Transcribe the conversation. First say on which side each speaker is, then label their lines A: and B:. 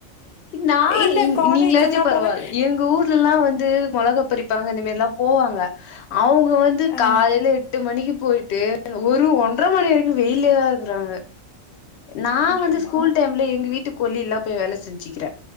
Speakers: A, on the left; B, on the left.
A: நா
B: இல்ல
A: நீ
B: காலேஜ்
A: நீங்களாச்சு
B: எல்லா
A: பரவால்ல
B: போவே
A: எங்க ஊர்லலா வந்து மொளகா பறிப்பாங்க இந்த மெரில்லா போவாங்க அவங்க வந்து
B: ஆ
A: காலைல எட்டு மணிக்கு போயிட்டு ஒரு ஒன்ட்ர மணி வரைக்கு வெயிலேயேதா இருக்கறாங்க நா
B: நிமிஷமா
A: வந்து ஸ்கூல் டைம்ல எங்க வீட்டு கொல்லை ல போயி வேல செஞ்சிக்கிறே